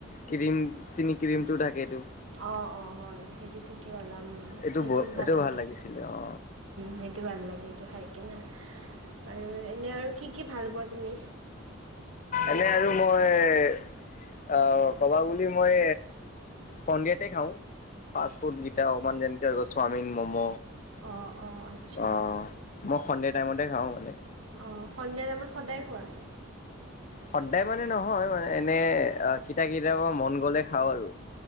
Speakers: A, on the left (about 35°); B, on the right (about 70°).
A: ক্ৰীম, চিনি ক্ৰীমটো থাকেটো।
B: অ', অ', হয়, সেইটো ঠিকেই ওলাম,
A: এইটো
B: সেইটোও ভাল
A: এইটো
B: লাগে।
A: লাগিছিলে অ
B: সেইটো ভাল লাগে এইটো খাই কিনা আৰু এনেই আৰু কি, কি ভাল পোৱা তুমি?
A: এনেই আৰু মই অ', ক'বা বুলি মই সন্ধিয়াতে খাওঁ। ফাষ্ট ফুডকিটা অকণমান যেনেকে হৈ গ'ল চাওমিন, ম'ম'।
B: অঁ অঁ আচ্ছা
A: অ', মই সন্ধিয়া টাইমতে খাওঁ মানে।
B: অ', সন্ধিয়া টাইমত সদায় খোৱা?
A: সদায় মানে নহয় মানে, এনে কিটা কিটাবা মন গ'লে খাওঁ আৰু।